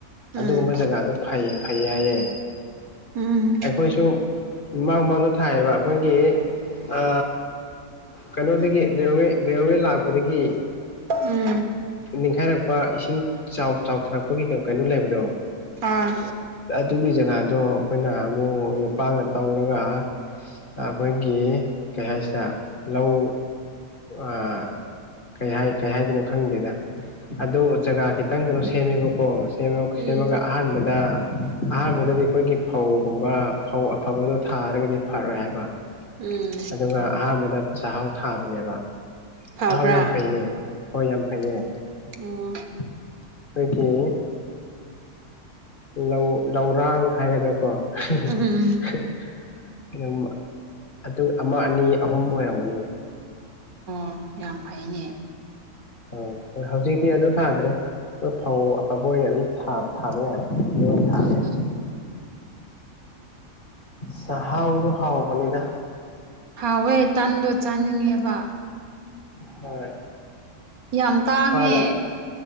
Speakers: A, on the right (about 70°); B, on the left (about 40°).
A: ꯎꯝ
B: ꯑꯗꯨꯒꯨꯝꯕ ꯖꯒꯥꯗꯣ ꯐꯩ ꯐꯩꯌꯦ ꯍꯥꯏꯌꯦ
A: ꯎꯝ
B: ꯑꯩꯈꯣꯏꯁꯨ ꯃꯥꯡ ꯃꯥꯡꯗ ꯊꯥꯏꯌꯦꯕ ꯑꯩꯈꯣꯏꯒꯤ ꯑ ꯀꯩꯅꯣꯗꯒꯤ ꯔꯦꯜꯋꯦ ꯔꯦꯜꯋꯦ ꯂꯥꯛꯄꯗꯒꯤ
A: ꯎꯝ
B: ꯅꯤꯡꯈꯥꯏꯔꯛꯄ ꯏꯁꯤꯡ ꯆꯥꯎ ꯆꯥꯎꯊꯔꯛꯄꯒꯤ ꯀꯩꯅꯣ ꯂꯩꯕꯗꯣ
A: ꯑꯥ
B: ꯑꯗꯨꯒꯤ ꯖꯒꯥꯗꯣ ꯑꯩꯈꯣꯏꯅ ꯑꯃꯨꯛ ꯌꯣꯄꯥꯛꯅ ꯇꯧꯔꯒ ꯑꯩꯈꯣꯏꯒꯤ ꯀꯩ ꯍꯥꯏꯁꯤꯔ ꯂꯧ ꯑ ꯀꯩ ꯍꯥꯏ ꯀꯩ ꯍꯥꯏꯗꯣꯏꯅꯣ ꯈꯪꯗꯦꯗ ꯑꯗꯣ ꯖꯒꯥ ꯈꯤꯇꯪ ꯁꯦꯝꯃꯦꯕꯀꯣ ꯁꯦꯝꯃ
A: ꯎꯝ
B: ꯁꯦꯝꯃꯒ ꯑꯍꯥꯟꯕꯗ ꯑꯍꯥꯟꯕꯗꯗꯤ ꯑꯩꯈꯣꯏꯒꯤ ꯐꯧꯒꯨꯝꯕ ꯐꯧ ꯑꯐꯕꯗꯣ ꯊꯥꯔꯒꯗꯤ ꯐꯔꯣꯏ ꯍꯥꯏꯕ
A: ꯎꯝ
B: ꯑꯗꯨꯒ ꯑꯍꯥꯟꯕꯗ ꯆꯥꯛꯍꯥꯎ ꯊꯥꯕꯅꯦꯕ
A: ꯐꯕ꯭ꯔꯥ
B: ꯁꯍꯥꯎ ꯌꯥꯝ ꯐꯩꯌꯦ ꯍꯣꯏ ꯌꯥꯝ ꯐꯩꯌꯦ ꯑꯩꯈꯣꯏꯒꯤ
A: ꯑꯣ
B: ꯂꯧ ꯂꯧꯔꯥꯡ ꯍꯥꯏꯒꯗ꯭ꯔꯥꯀꯣ <unintelligible> ꯍꯥꯏꯗꯤ
A: ꯎꯝ ꯎꯝ
B: ꯑꯗꯨꯝ ꯑꯗꯨ ꯑꯃ ꯑꯅꯤ ꯑꯍꯨꯝ ꯑꯣꯏꯔꯝꯒꯅꯤꯌꯦ
A: ꯑꯣ ꯌꯥꯝ ꯐꯩꯅꯦ
B: ꯑꯧ ꯍꯧꯖꯤꯛꯇꯤ ꯑꯗꯨ ꯊꯥꯗ꯭ꯔꯦ ꯑꯩꯈꯣꯏ ꯐꯧ ꯑꯐꯕ ꯑꯣꯏꯅ ꯑꯗꯨꯝ ꯊꯥ ꯊꯥꯕ ꯌꯥꯔꯦ ꯑꯗꯨ ꯑꯣꯏꯅ ꯊꯥꯕ
A: ꯎꯝ
B: ꯌꯥꯔꯦ ꯆꯥꯛꯍꯥꯎꯗꯨ ꯍꯥꯎꯕꯅꯤꯗ
A: ꯍꯥꯎꯋꯦ ꯇꯟꯗꯣ ꯆꯥꯅꯤꯡꯉꯦꯕ
B: ꯍꯣꯏ
A: ꯌꯥꯝ ꯇꯥꯡꯉꯦ
B: ꯐꯔ